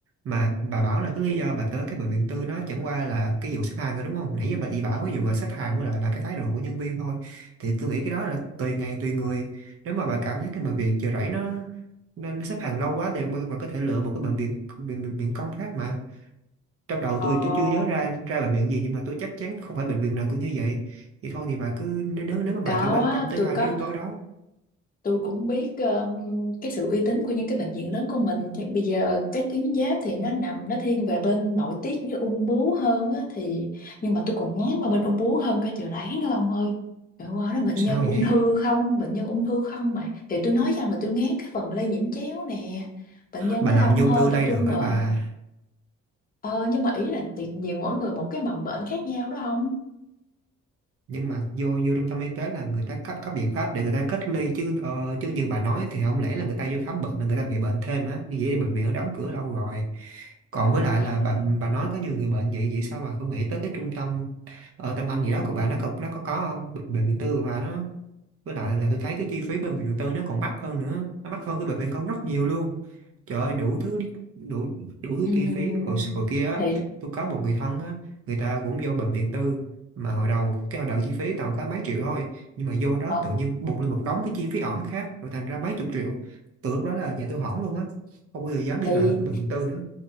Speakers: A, on the right (about 50°); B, on the left (about 30°).
A: mà bà bảo là cái lý do bà tới cái bệnh viện tư nó chẳng qua là cái vụ xếp hàng thôi đúng không nãy giờ bà chỉ bảo cái vụ là xếp hàng với lại là cái thái độ của nhân viên thôi thì tôi nghĩ cái đó là tùy ngày tùy người nếu mà bà cảm giác cái bệnh viện Chợ Rẫy nó nên nó xếp hàng lâu quá thì bà bà có thể lựa một cái bệnh viện bệnh, bệnh viện công khác mà trong đầu
B: ờ
A: tôi tôi chưa nhớ ra ra bệnh viện gì nhưng mà tôi chắc chắn không phải bệnh viện nào cũng như vậy vậy thôi thì bà cứ nếu nếu nếu mà bà
B: có
A: chỉ quan
B: á
A: tâm tới
B: tôi
A: hai
B: có
A: cái yếu tố đó
B: tôi cũng biết um, cái sự uy tín của những cái bệnh viện lớn của mình thì bây giờ cái tuyến giáp thì nó nằm nó thiên về bên nội tiết với ung bướu hơn á thì nhưng mà tôi còn ngán qua bên ung bướu hơn cái chợ rẫy nữa ông ơi Trời qua đó bệnh
A: sao
B: nhân
A: vậy
B: ung thư không bệnh nhân ung thư không mà thì tôi nói rằng là tôi ngán cái phần lây nhiễm chéo nè bệnh nhân
A: bà
B: nó
A: làm
B: đông
A: như ung
B: hơn
A: thư
B: tập
A: lây
B: trung
A: được
B: mà
A: ấy bà
B: ờ nhưng mà ý là tự nhiên mỗi người một cái mầm bệnh khác nhau đó không
A: nhưng mà vô vô trung tâm y tế là người ta cấp cấp biện pháp để người ta cách ly chứ ờ, chứ như bà nói thì không lẽ là người ta vô khám bệnh là người ta bị bệnh thêm á như vậy thì bệnh viện đã đóng cửa lâu rồi còn với lại
B: À,
A: là bà bà nói có nhiều người bệnh vậy vậy sao bà không nghĩ tới cái trung tâm ờ, tâm anh gì đó của bà nó có nó có có không bệnh, bệnh viện tư của bà nó với lại là tôi thấy cái chi phí bệnh viện tư nó còn mắc hơn nữa nó mắc hơn cái bệnh viện công rất nhiều luôn trời ơi đủ thứ đi- đủ đủ thứ
B: Ừm,
A: chi phí hồi hồi kia á
B: thì
A: tôi có một người thân á người ta cũng vô bệnh viện tư mà hồi đầu cái hồi đầu chi phí toàn có mấy triệu thôi nhưng mà vô đó
B: ờ,
A: tự nhiên bùng lên một đống cái chi phí ẩn khác rồi thành ra mấy chục triệu từ lúc đó là nhà tôi hỏng luôn á không bao giờ dám đi
B: thì
A: lại với cái bệnh viện tư nữa